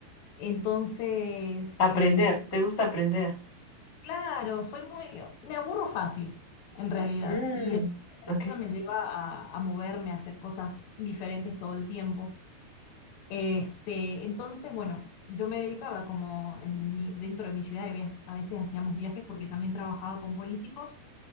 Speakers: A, on the left (about 75°); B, on the left (about 25°).
A: Entonces,
B: Aprender,
A: eh,
B: ¿te gusta aprender?
A: Claro, soy muy, me aburro fácil, en realidad,
B: Mm,
A: y eso, esa
B: ok.
A: excusa me lleva a, a moverme, a hacer cosas diferentes todo el tiempo. Este, entonces, bueno, yo me dedicaba como en mi- dentro de mi ciudad, había- a veces hacíamos viajes porque también trabajaba con políticos,